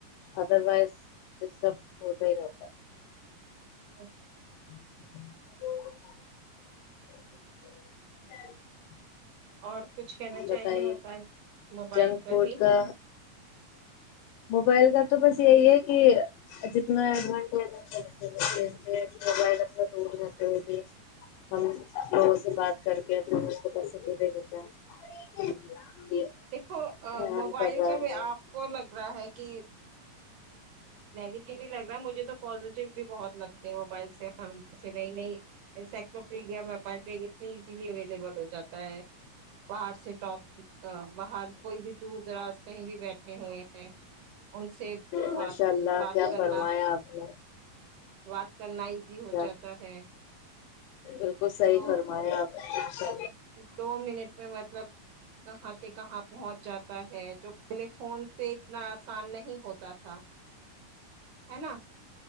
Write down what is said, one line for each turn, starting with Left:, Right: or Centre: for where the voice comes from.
Left: ادر وائز ڈسٹرب ہوتا ہی رہتا ہے
Right: ا
Left: <inaudible>
Right: اور کچھ کہنا
Left: بتائیے
Right: چاہیں گے م موبائل
Left: جنک
Right: پر
Left: فوڈ
Right: ہی
Left: کا موبائل کا تو بس یہی ہے کہ جتنا ایڈانٹی کہ موبائل اپنا دور کرتے ہوئے بھی ہم لوگوں سے بات کر کے اپنے لوگ کوس دےتے ہیں کہ
Right: دیکھو
Left: حیران
Right: موبائل
Left: کر رہا
Right: کا
Left: ہے
Right: بھی آپ کو لگ رہا ہے کہ نگیٹیٹی لگ رہا مجھے تو پزیٹیو بھی بہت لگتے ہیں موبائل سے ہم جیسے نئی نئی یہ سکلو پیڈیام مپائ پ فزیلی اویلیبل ہو جاتا ہے باہر سے ٹک ا باہر کوئی بھی دور دراز کہیں بھی بیٹھے ہوئے ہیں ان سے
Left: ماشاء
Right: بات
Left: اللہ
Right: بات
Left: کیا
Right: کرنا
Left: فرمایا آپ نے
Right: بات کرنا ہی بھی ہو
Left: کیا
Right: جاتا ہے
Left: بالکل صحی
Right: تو
Left: فرمانے آپ چا
Right: دو منٹ میں مطلب کہاں کے کہاں پہنچ جاتا ہے جو پہلے فون پہ اتنا آسان نہیں ہوتا تھا ہے نا